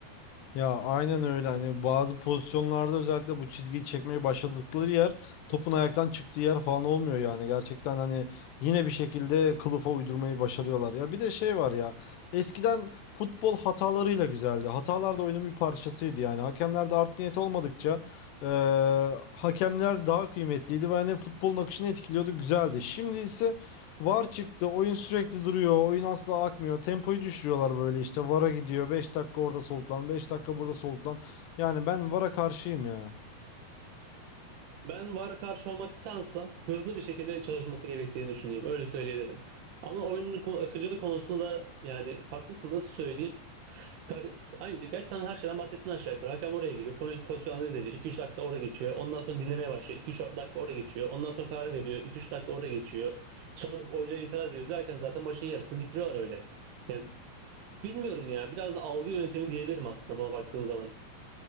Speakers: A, on the left (about 90°); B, on the right (about 75°).
A: Ya aynen öyle hani bazı pozisyonlarda özellikle bu çizgiyi çekmeye başladıkları yer topun ayaktan çıktığı yer falan olmuyor yani gerçekten hani yine bir şekilde kılıfa uydurmayı başarıyorlar ya bir de şey var ya eskiden futbol hatalarıyla güzeldi hatalar da oyunun bir parçasıydı yani hakemlerde art niyet olmadıkça eee, hakemler daha kıymetliydi ve hani futbolun akışını etkiliyordu güzeldi şimdi ise VAR çıktı. Oyun sürekli duruyor. Oyun asla akmıyor. Tempoyu düşürüyorlar böyle işte. VAR'a gidiyor. beş dakika orada soluklan. 5 dakika burada soluklan. Yani ben VAR'a karşıyım ya.
B: Ben VAR karşı olmaktansa hızlı bir şekilde çalışması gerektiğini düşünüyorum. Öyle söyleyebilirim. Ama oyunun ko- akıcılığı konusunda da yani haklısın nasıl söyleyeyim. Ka- Aynı, şey. gerçi sen her şeyden bahsettin aşağı yukarı. Hakem oraya geliyor. Poz pozisyon analiz ediyor. 2-3 dakika orada geçiyor. Ondan sonra dinlemeye başlıyor. 2 üç dakika orada geçiyor. Ondan sonra karar veriyor. 2 üç dakika orada geçiyor. Sonra oyuncuya itiraz ediyor derken zaten maçın yarısını bitiriyorlar öyle. Yani bilmiyorum ya. Biraz da algı yönetimi diyebilirim aslında buna baktığın zaman.